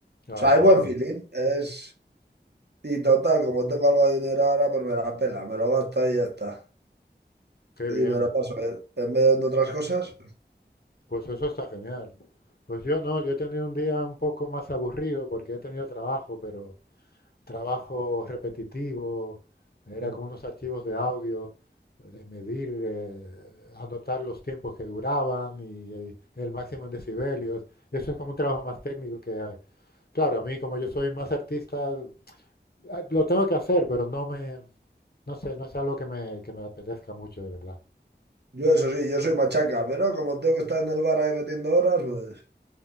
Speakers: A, on the left; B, on the right.
A: Ah,
B: sea,
A: claro,
B: hay buen feeling, es... Y total, como tengo algo de dinero ahora, pues me la pela, me lo gasto y ya está.
A: qué
B: Y
A: bien.
B: me lo paso bien. En vez de en otras cosas.
A: Pues eso está genial. Pues yo no, yo he tenido un día un poco más aburrido porque he tenido trabajo, pero trabajo repetitivo, era
B: <laughs>
A: con unos archivos de audio, de medir, eh, anotar los tiempos que duraban y, eh, el máximo en decibelios. Y eso es como un trabajo más técnico que, eh, claro, a mí como yo soy más artista, ah, lo tengo que hacer, pero no me, no sé, no es algo que me, que me apetezca mucho de verdad.
B: Yo eso sí, yo soy machaca, pero como tengo que estar en el bar ahí metiendo horas, pues...